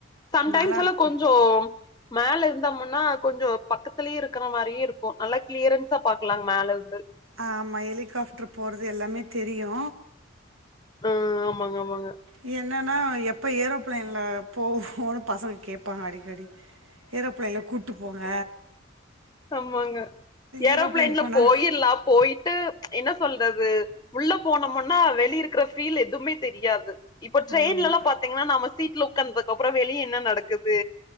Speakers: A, on the left; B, on the right.
A: சம்டைம்ஸ்ஸெல்லா
B: நல்லாருக்கும்
A: கொஞ்சோ மேல இருந்தமுன்னா கொஞ்சோ பக்கத்துலயே இருக்கிற மாரியு இருக்கு நல்லா கிளியரன்ஸா பாக்கலாங் மேல இருந்து
B: ஆமா ஹெலிகாப்டர் போறது எல்லாமே தெரியு
A: ம் ஆமாங்க ஆமாங்க
B: ம் என்னன்னா ப்போ ஏரோப்ளேன்ல போவோனு பசங்க கேப்பாங்க அடிக்கடி ஏரோப்ளேன்ல கூப்டு போங்க
A: ஆமாங்க ஏரோப்ளேன்ல
B: ஏரோப்ளேன் போனா
A: போயில்லா போயிட்டு என்ன சொல்றது உள்ள போனமுன்னா வெளிய இருக்குற ஃபீல் எதுமே தெரியாது இப்ப ட்ரெய்ன்லெல்லா
B: ஆமா
A: பாத்தீங்கன்னா நம்ம சீட்ல உக்கந்தா அப்புறோ வெளிய என்ன நடக்குது